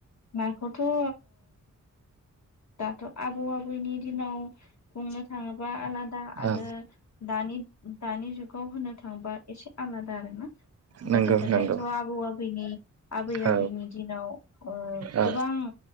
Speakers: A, on the left (about 60°); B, on the right (about 55°).
A: नाखौथ' ओ दाथ' आबौ आबैनि दिनाव बुंनो थाङोबा आलादा आरो
B: औ
A: दा दानि- दानि जुगाव होनो थांबा एसे आलादा आरो ना।
B: नंगौ
A: गोदो गोदायथ'
B: नंगौ
A: आबौ आबौनि आबै
B: औ
A: आबैनि दिनाव ओ
B: औ
A: गोबां